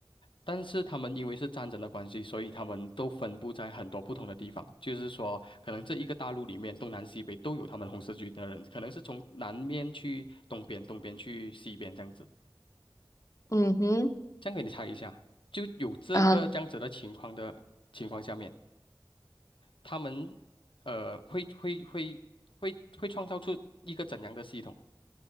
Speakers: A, on the left; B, on the left.
A: 但是他们因为是战争的关系，所以他们都分布在很多不同的地方。就是说，可能这一个大陆里面，东南西北都有他们红十字军的人，可能是从南面去东边，东边去西边这样子。
B: 嗯哼，
A: 这样给你猜一下，就有这个这样子的情况的情况下面，
B: 啊，
A: 他们呃会会会会会创造出一个怎样的系统？